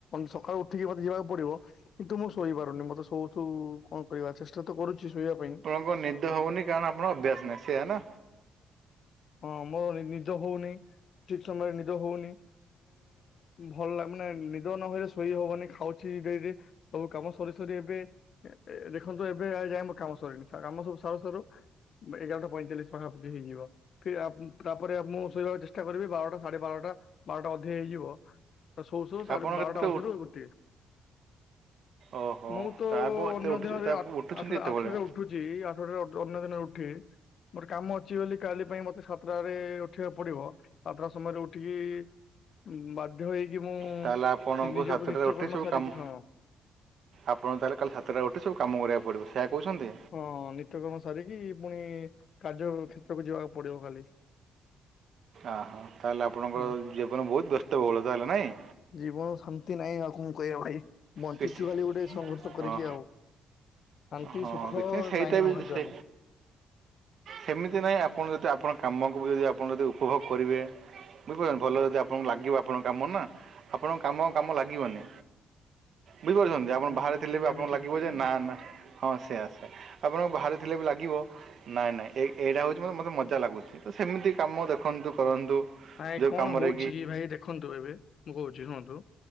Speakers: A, on the left (about 55°); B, on the right (about 60°).
A: ସକାଳୁ ଉଠିକି ମତେ ଯିବାକୁ ପଡିବ କିନ୍ତୁ ମୁଁ ଶୋଇପାରୁନି ମତେ ଶୋଉ ଶୋଉ କଣ କରିବା ଚେଷ୍ଟା ତ କରୁଛି ଶୋଇବା ପାଇଁ।
B: ଆଣ ନିଦ ହଉନି କାରଣ ଆପଣ ଅଭ୍ୟାସ ନାହିଁ ସେଆ ନା।
A: ହଁ ମୋର ନିଦ ହଉନି ଠିକ ସମୟରେ ନିଦ ହଉନି। ଭଲ ମାନେ ନିଦ ନହଲେ ଶୋଇ ହବନି ଖାଉଛି ଡେରିରେ। ସବୁ କାମ ସରି ସରି ଏବେ ଦେଖନ୍ତୁ ଏବେ ଯାଏ ମୋ କାମ ସରିନି କାମ ସବୁ ସରୁ ସରୁ ଏଗାରଟା ପଇଁଚାଳିଶ ପାଖାପାଖି ହେଇଯିବ। ତାପରେ ମୁଁ ଶୋଇବାକୁ ଚେଷ୍ଟା କରିବି ବାରଟା ସାଢେ ବାରଟା ବାରଟା ଅଧେ ହେଇଯିବ। ତ ଶୋଉ ଶୋଉ ସାଢେ
B: ଆପଣ
A: ବାରଟା
B: କେତେ
A: ମଧ୍ୟରୁ ଗୋଟିଏ।
B: ଓହୋ
A: ମୁଁ ତୋ
B: ତା ଏତେ
A: ଅନ୍ୟ
B: ଉଠୁ
A: ଦିନରେ
B: ତା
A: ଆଠ
B: ଉଠୁଛନ୍ତି ଏତେବେଳେ
A: ଆଠଟାରେ ଉ ଉଠୁଛି ଆଠଟାରେ ଅନ୍ୟ ଦିନ ଉଠେ ମୋର କାମ ଅଛି ବୋଲି କାଲି ପାଇଁ ମ ସାତଟାରେ ଉଠିବାକୁ ପଡିବ ସାତଟା ସମୟରେ ଉଠିକି ବା ଧ୍ୟ ହେଇକି ମୁଁ
B: ତାହେଲେ ଆପଣଙ୍କୁ
A: ନିଜ
B: ସାତଟାରେ
A: ନିତ୍ୟକର୍ମ
B: ଉଠି ସବୁ
A: ସାରିକି
B: କାମ୍
A: ହଁ
B: ଆପଣ ତାହେଲେ କାଲି ସାତଟା ଉଠି ସବୁ କାମ କରିବାକୁ ପଡ଼ିବ ସେୟା କହୁଚନ୍ତି।
A: ହଁ ନିତ୍ୟକର୍ମ ସାରିକି ପୁଣି କାର୍ଯ୍ୟ କ୍ଷେତ୍ରକୁ ଯିବାକୁ ପଡିବ ଖାଲି
B: ଅହୋ ତାହେଲେ ଆପଣଙ୍କ
A: ହୁଁ
B: ଜୀବନ ବହୁତ ବ୍ୟସ୍ତ ବହୁଳ ତାହେଲେ ନାଇଁ?
A: ଜୀବନ ଶାନ୍ତି ନାହିଁ ଆଉ‌ କଣ କରିବା ଭାଇ ବଞ୍ଚିଚୁ
B: କିଛି
A: ଖାଲି ଗୋଟେ ସଂଘର୍ଷ କରିକି
B: ହଁ
A: ଆଉ। ଶାନ୍ତି
B: ହଁ
A: ସୁଖ
B: କିଛି ସେଇଟା
A: ନାହିଁ
B: ବି
A: ଆମ ଭାଗ୍ୟରେ।
B: ସେ ସେମିତି ନାହିଁ ଆପଣ ଯଦି ଆପଣ କାମକୁ ବି ଯଦି ଆପଣ ଯଦି ଉପଭୋଗ କରିବେ ବୁଝିପାରୁଚ ଭଲ ଯଦି ଆପଣଙ୍କୁ ଲାଗିବ ଆପଣଙ୍କ କାମ ନା ଆପଣଙ୍କ କାମ କାମ ଲାଗିବନି। ବୁଝିପାରୁଚନ୍ତି ଆପଣ
A: ହୁଁ
B: ବାହାରେ ଥିଲେ
A: ସେଇଟା
B: ବି ଆପଣଙ୍କୁ
A: ଠିକ
B: ଲାଗିବ
A: କହିଲେ।
B: ଯେ ନା ନା ହଁ ସେୟା ସା ଆପଣଙ୍କୁ ବାହାରେ‌ ଥିଲେ ବି ଲାଗିବ ନାଇଁ ନାଇଁ ଏ ଏଇଟା ହଉଚି ମତେ ମତେ ମଜା ଲାଗୁଚି ତ ସେମିତି କାମ ଦେଖନ୍ତୁ କରନ୍ତୁ
A: ନାଇଁ
B: ଯେଉଁ
A: କଣ
B: କାମରେ
A: ହଉଚି କି ଭାଇ ଦେଖନ୍ତୁ ଏବେ ମୁଁ କହୁଚି ଶୁଣନ୍ତୁ।